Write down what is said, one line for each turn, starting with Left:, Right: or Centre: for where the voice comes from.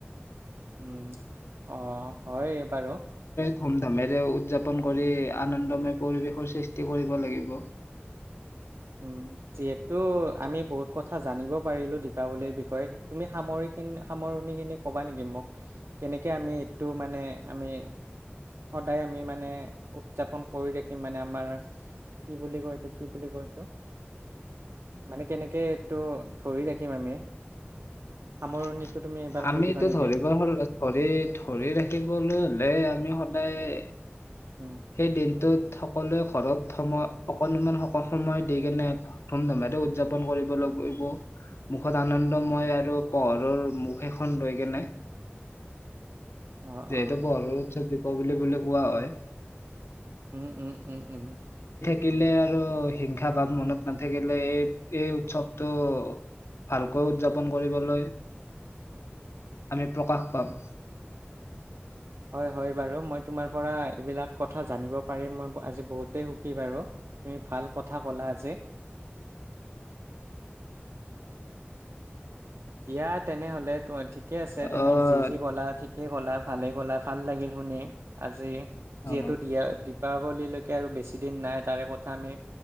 Right: উম অ হয় বাৰু।
Left: ধুমধামেৰে উদযাপন কৰি আনন্দময় পৰিৱেশৰ সৃষ্টি কৰিব লাগিব।
Right: উম যিহেতু আমি বহুত কথা জানিব পাৰিলোঁ, দীপাৱলীৰ বিষয়ে তুমি সামৰিন সামৰণিখিনি ক'বা নেকি মোক। কেনেকৈ আমি এইটো মানে। আমি সদায় আমি মানে উদযাপন কৰি ৰাখিম মানে আমাৰ কি বুলি কয়, এইটো। কি বুলি কয়। মানে কেনেকেটো ধৰি ৰাখি। খিম আমি।
Left: <unintelligible>
Right: সামৰণিটো তুমি এবাৰ কৈ দিবা নেকি? উম,
Left: সেই দিনটোত সকলোৱে ঘৰত সময় অকনমান স'ক সময় দি কেনে ধুমধামেৰে উদযাপন কৰিব লাগিব। মুখত আনন্দময় আৰু পোহৰৰ মুখ এখন লৈ কেনে
Right: অ',
Left: যিহেতু
Right: অ',
Left: পৰ <unintelligible> দীপাৱলী বুলি কোৱা হয়।
Right: উম-উম-উম-উম-উ
Left: কিলে আৰু হিংসা ভাৱ মনত নাথাকিলে। এই এই উৎসৱটো ভালকৈ উদযাপন কৰিবলৈ আমি প্ৰকাশ পাম
Right: হয়-হয় বাৰু মই তোমাৰ পৰা এইবিলাক কথা জানিব পাৰি মই ব আজি বহুতে সুখী বাৰু তুমি ভাল কথা ক'লা আজি। দিয়া তেনেহলে তম ঠিকে আছে তুমি
Left: আহ
Right: যি-যি ক কলা- কেই ক'লা ভালেই ক'লা ভাল লাগিল শুনি আজি যিহেতু
Left: অ
Right: দিয়া দী- পাৱলী লৈকে আৰু বেছিদিন নাই তাৰে কথা আমি